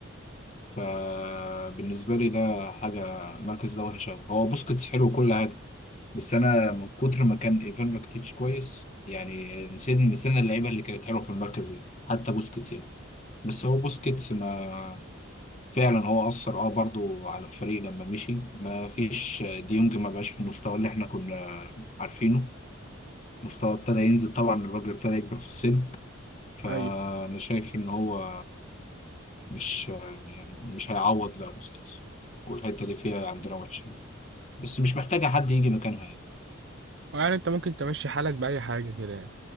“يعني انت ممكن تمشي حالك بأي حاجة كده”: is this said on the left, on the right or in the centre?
Right